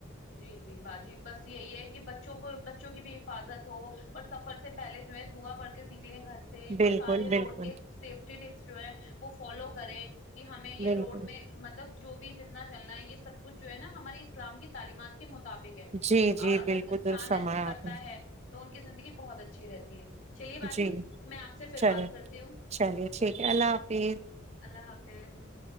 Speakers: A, on the left; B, on the right.
A: جی جی باجی بس یہی ہے کہ بچوں کو بچوں کی بھی حفاظت ہو اور سفر سے پہلے جو ہے دعا پڑھ کے نکلے گھر سے اور
B: بالکل
A: سارے روڈ
B: بالکل
A: کے سیفٹی ٹپس جو ہے وہ فالو کرے کہ ہمیں یہ
B: بالکل
A: روڈ میں مطلب جو بھی جتنا چلنا ہے یہ سب کچھ جو ہے نا ہمارے اسلام کی تعلیمات کے مطابق
B: جی جی
A: اور اگر
B: بالکل
A: انسان
B: درست فرمایا
A: ایسے کرتا
B: آپ نے
A: ہے تو ان کی زندگی بہت اچھی رہتی ہے چلیے باجی
B: جی
A: میں آپ سے پھر
B: چلے
A: بات کرتی ہوں
B: چلیے ٹھیک ہے اللہ حافظ
A: اللہ حافظ